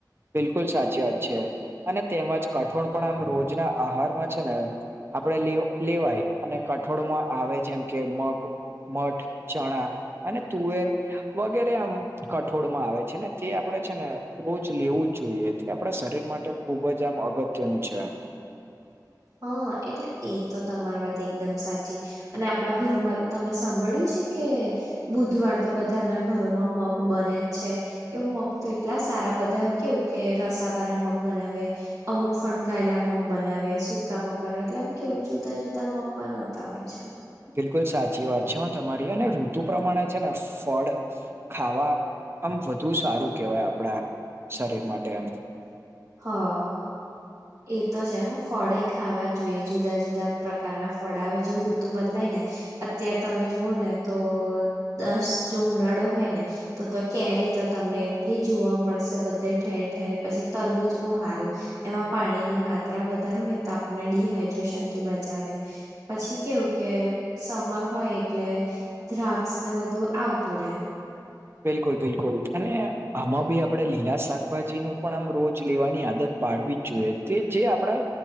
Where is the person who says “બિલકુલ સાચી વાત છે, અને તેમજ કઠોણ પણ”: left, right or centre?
Right